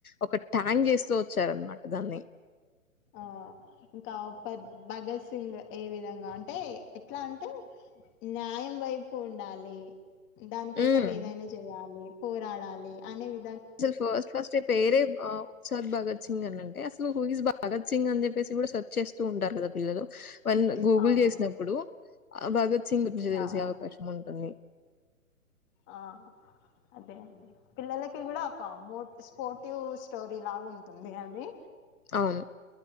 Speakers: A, on the left; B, on the left.
A: ఒక ట్యాంగ్ చేస్తూ వచ్చారనమాట దాన్ని
B: ఆ ఇంకా పద్ భగత్ సింగ్ ఏ విధంగా అంటే ఎట్లా అంటే న్యాయం వైపు ఉండాలి దానికోసం
A: హ్మ్.
B: ఏదైనా చేయాలి పోరాడాలి అనే వి
A: ఫస్ట్ ఫస్ట్ పెరే ఉత్సాహ భగద్ సింగ్ అని అంటే అసలు హు ఇజ్ భగత్ సింగ్ అని చెప్పేసి కూడా సెర్చ్ చేస్తూ ఉంటారు గా పిల్లలు వన్ గూగుల్
B: అవును
A: చేసినప్పుడు ఆ భగత్ సింగ్ గురించి తెలిసే
B: ఆ
A: అవకాశం ఉంటుంది
B: ఆ అదే అండి పిల్లలకి కూడా ఒక మో స్పోర్టివ్ స్టోరీ లాగా ఉంటుంది అని
A: అవును